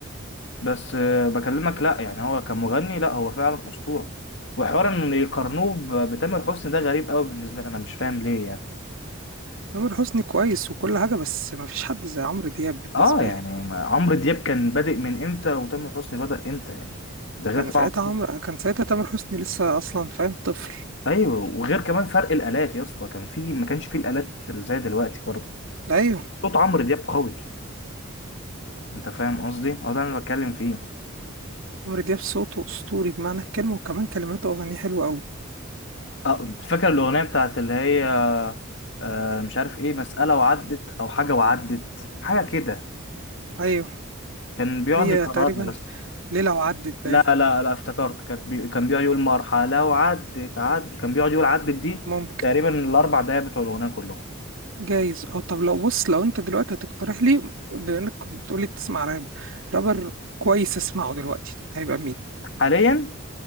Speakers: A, on the left (about 60°); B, on the right (about 75°).
A: بس آه، بكلمك لا يعني هو كمغني لا هو فعلا اسطوره وحوار ان يقارنوه ب- بتامر حسني ده غريب قوي بالنسبه لي انا مش فاهم ليه يعني
B: تامر حسني كويس وكل حاجة بس مفيش حد زي عمرو دياب بالنسبة
A: اه يعني
B: لي
A: ما- عمرو دياب كان بادئ من امتى وتامر حسني بدأ امتى يعني ده غير
B: كان
A: طبعا
B: ساعتها عمرو كان ساعتها تامر حسني لسه أصلا فاهم طفل
A: ايوه وغير كمان فرق الالات يا اسطى كان في ما كانش في الالات زي دلوقتي برضه
B: أيوه
A: صوت عمرو دياب قوي انت فاهم قصدي هو ده اللي انا بتكلم فيه
B: عمرو دياب صوته اسطوري بمعنى الكلمه وكمان كلماته واغانيه حلوه قوي
A: اه فاكر الاغنيه بتاعت اللي هي آه مش عارف ايه مساله وعدت او حاجه وعدت حاجه كده
B: ايوه
A: كان بيقعد
B: هي
A: يكررها
B: تقريبا
A: يا اسطى
B: ليله وعدت باين
A: لا لا لا افتكرت كان بي... كان بيقعد يقول مرحله وعدت عدت كان بيقعد يقول عدت دي
B: ممكن
A: تقريبا الاربع دقايق بتوع الاغنيه كلهم
B: جايز اه طب لو بص لو انت دلوقتي هتقترح لي بما انك بتقولي بتسمع راب رابر كويس اسمعه دلوقتي هيبقى مين
A: حاليا